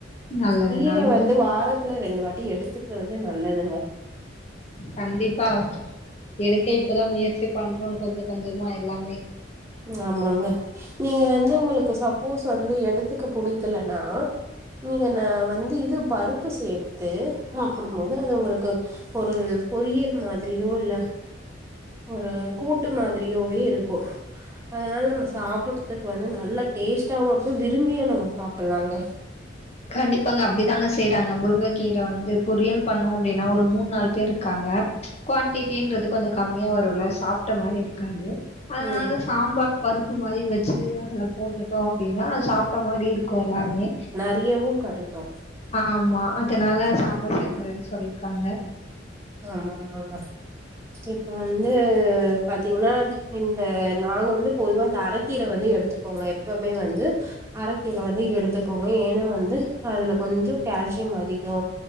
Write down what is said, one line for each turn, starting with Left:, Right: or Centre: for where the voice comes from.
Left: நல்லது
Right: கீர
Left: நல்லது
Right: வந்து வாரத் துல ரெண்டு வாட்டி எடுத்துக்குறது நல்லதுங்க
Left: கண்டிப்பா எடுக்க இப்பதா முயற்சி பண்றோ கொஞ்ச கொஞ்சமா எல்லாமே
Right: ஆமாங்க நீங்க வந்து உங்களுக்கு சப்போஸ் வந்து எடுத்துக்க புடிக்கலனா நீங்க நா வந்து இது பருப்பு சேர்த்து சாப்புடும்போது அது உங்களுக்கு ஒரு பொறியல் மாத்ரியோ இல்ல ஒரு கூட்டு மாத்ரியோவே இருக்கு அதனால நம்ம சாப்புட்றதுக்கு வந்து நல்லா டேஸ்டாவு இருக்கு விரும்பியு நம்ப சாப்புட்லாங்க
Left: கண்டிப்பாங்க அப்படி தாங்க செய்றாங்க முருங்க கீரை வந்து பொறரியல் பண்ணோம் அப்படின்னா ஒரு மூண் நால் பேர் இருக்காங்க குவாடிட்டின்றது கொஞ்ச கம்மியா வருல சாப்ட்ட மாரி இருக்காது அதனால
Right: ம்
Left: சாம்பார் பருப்பு மாரி வச்சு அதுல போட்டுட்டோ அப்டின்னா சாப்ட்ட மாரி இருக்கு எல்லாருமே
Right: றியவு கடைக்கு
Left: ஆமா அதனால சாம்பார் செஞ்சரன்னு சொல்லிர்க்காங்க
Right: ஆமாமாங்க இப்ப வந்து பாத்தீங்னா இந்த நாங்க வந்து பொதுவா இந்த அரக்கீர வந்து எடுத்துப்போங்க எப்பமே வந்து அரக்கீர வந்து எடுத்துப்போங்க ஏன்னா வந்து அதுல கொஞ்சோ கால்சியம் அதிகோ